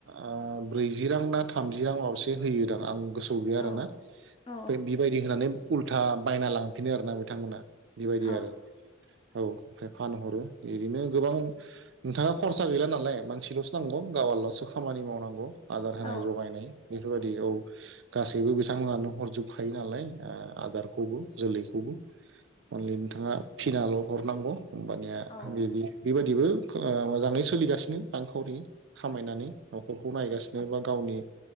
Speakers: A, on the right; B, on the left.
A: ओ ब्रैजि रां। थामजि रां लबों होयोदां आं गोसोआव गैया आरोना
B: औ औ
A: बिबायदि होनानै उल्था बायना लांफिनो आरोना बिथांमोना। बेबायदि
B: औ
A: आरो औ आमफ्राय फानहरो बेदिनो गोबां नोंथाङा खरसा गैला नालाय मानसिलसो नांगौ गावालसो खामानि मावनांगौ। आदार होनाय
B: औ
A: जगायनाय बेफोरबादि औ गासैबो बिथांमोनानो हरजोबखायो नालाय ओ आदारखौबो जोलैखौबो अनलि नोंथाङा फिनाल हरनांगौ होमबानिया
B: औ
A: बिदि बेबादिबो ओ मोजाङै सोलिगासिनो रांखावरि खामायनानै। नखरखौ नायगासिनो बा गावनि